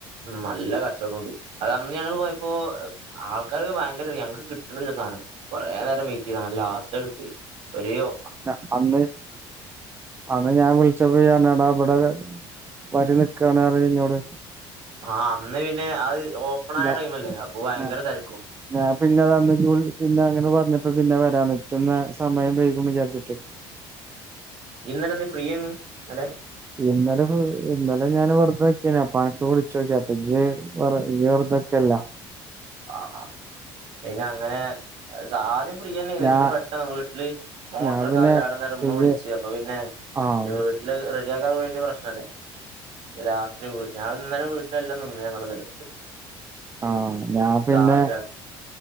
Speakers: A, on the right (about 60°); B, on the right (about 20°).
A: നല്ല കച്ചോടൊണ്ട് അതന്ന് ഞങ്ങള് പോയപ്പോ ആൾക്കാര് ഭയങ്കര ഞങ്ങക്ക് കി ട്ട്ണില്ല സാനം കൊറേ നേരം വെയിറ്റ് എയ്തു ഇന്നാലും ലാസ്റ്റ് കിട്ടിയെ ഒര് ഒ
B: ല്ല അന്ന് അന്ന് ഞാൻ വിളിച്ചപ്പോ ഇയർഞ്ഞു എടാ ഇബടെ വരി നിക്കാണ് അർഞു ഇന്നോട്
A: ആ അന്ന് പിന്നെ അത് ഓപ്പൺ ആയ
B: ഞാ
A: ടൈമല്ലേ അപ്പൊ ഭയങ്കര
B: ഞാ
A: തെരക്കും
B: ഞാൻ പിന്നെ അതന്ന് ഇജ് പിന്നെ അങ്ങനെ പറഞ്ഞപ്പ പിന്നെ വരാത്ന്നെ ഇച്ചന്ന് സമയം വൈകും വിചാരിച്ചിട്ട്
A: ഇയ്യ് ഇന്നലെ എന്തെ ഫ്രീയേന്നു ഇന്നലെ
B: ഇന്നലെ ഇന്നലെ ഞാന് വെർതെ നിക്കെയ്നു അപ്പൻക്ക് വിളിച്ചോക്കി അപ്പെ ഇജ് വെറ് ഇഞ് വെർതെക്കല്ല
A: ആ ആഹ് പിന്നെ അങ്ങനെ ആദ്യം ഫ്രീയെന്നെന്നു
B: ഞാ
A: പിന്നെ പെട്ടെന്ന് വീട്ടില് മോട്ട്രോക്കെ
B: ഞാൻ പിന്നെ
A: ആകെ കേടന്നർഞ് ഇമ്മ
B: ഇജ്
A: വിളിച്ച് അപ്പൊ പിന്നെ
B: ആഹ്
A: വീട്ടില് റെഡിയാക്കാതെ പോയെങ്കി പ്രശ്നെല്ലേ രാത്രി ഞാ ഇന്നലെ വീട്ടിലെല്ല നിന്നെ ഞങ്ങൾ ഇന്നലെന്നും
B: ആഹ് ഞാൻ പിന്നെ
A: ദാകാണ്